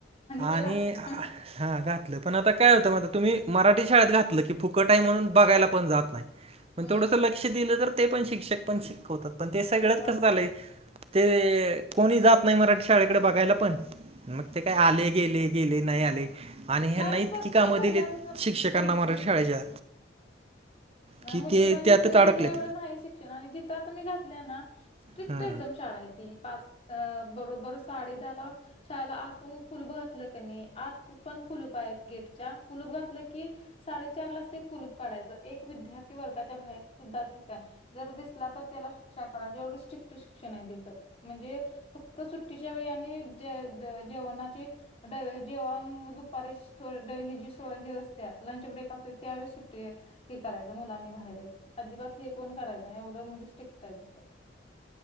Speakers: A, on the left (about 30°); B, on the right (about 30°).
A: ते
B: आणि
A: घातलं
B: <unintelligible> हा घातलं पण आता काय होतं मझ तुम्ही मराठी शाळेत घातलं की फुकट आहे म्हणून बघायला पण जात नाही. पण
A: हम्म
B: थोडंस लक्ष दिलं तर ते पण शिक्षक पण शिकवतात पण ते सगळंच
A: शिकव
B: कसं झालंय ते कोणी जात नाही मराठी शाळेकडे बघायला पण मग ते काय आले, गेले गेले नाही आले आणि ह्यांना
A: नाही मी
B: इतकी
A: बघतोय
B: कामं
A: पहिल्यापासून
B: दिलीत शिक्षकांना
A: मुलगी
B: मराठी शाळेच्या
A: नाय
B: की
A: मुलगी
B: ते
A: माझी
B: त्यातच
A: इथ होती
B: अडकलेत.
A: ते एवढं नाही शिक्षण आणि जिथं आता मी घातल्या ना स्ट्रिक्ट
B: हां.
A: एकदम शाळाय ती पाच अ.. बरोबर साडे दहा ला शाळेला आतून कुलूप घातलं कनी आत पण कुलूप आय गेटच्या कुलूप घातलं की साडेचार लाच ते कुलूप काढायचं एक विद्यार्थी वर्गाच्या बाहेर सुद्धा दिसाय जर दिसला तर त्याला शिक्षा करा, एवढं स्ट्रिक्ट शिक्षण हाय तिथं म्हणजे फक्त सुट्टीच्या वेळी आणि जे-जेवणाची जेवण दुपारी होय सोळा दिवस सुट्टी असत्या, लंच ब्रेक असतो त्यावेळी सुट्टी हे करायचं मुलांनी बाहेर यायच, अजिबात हे पण करायचं नाय एवढं, म्हणजे स्ट्रिक्ट हाय तिथं